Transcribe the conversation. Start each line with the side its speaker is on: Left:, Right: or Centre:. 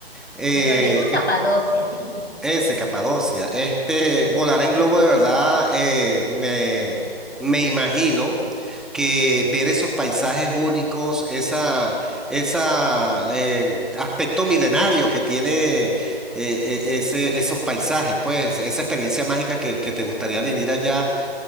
Centre: eh,
Left: yo le digo escapadocia. <laughs>
Centre: ese, Capadocia. Este, volar en globo de verdad, eh, me, me imagino que ver esos paisajes únicos, esa, esa eh, aspecto milenario que tiene eh, eh, ese, esos paisajes, pues esa experiencia mágica que, que te gustaría vivir allá,